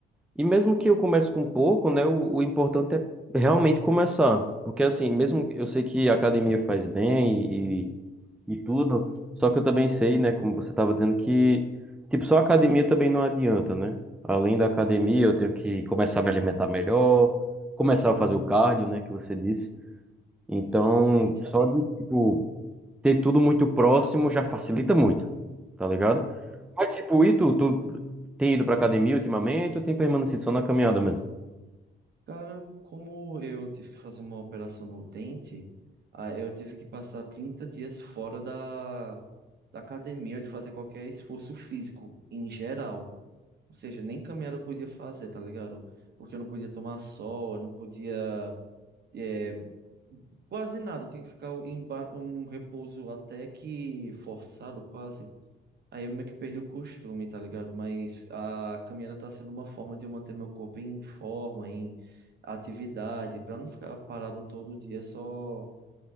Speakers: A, in the centre; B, on the right (about 55°).
A: E mesmo que eu comece com pouco, né, o, o importante é realmente começar. Porque assim, mesmo eu sei que a academia faz bem e, e tudo, só que eu também sei, né, como você estava dizendo, que tipo, só a academia também não adianta, né? Além da academia, eu tenho que começar a me alimentar melhor, começar a fazer o cardio, né, que você disse. Então,
B: Isso.
A: só de tipo, ter tudo muito próximo já facilita muito, tá ligado? Mas, tipo, e tu, tu tem ido pra academia ultimamente ou tem permanecido só na caminhada mesmo?
B: Cara, como eu tive que fazer uma operação no dente, ah, eu tive que passar 30 dias fora da, da academia de fazer qualquer esforço físico, em geral. Ou seja, nem caminhar eu podia fazer, tá ligado? Porque eu não podia tomar sol, eu não podia. eh, Quase nada, eu tinha que ficar em, ba- em um repouso até que forçado, quase. Aí eu meio que perdi o costume, tá ligado? Mas a caminhada tá sendo uma forma de eu manter meu corpo em forma, em atividade, pra não ficar parado todo dia só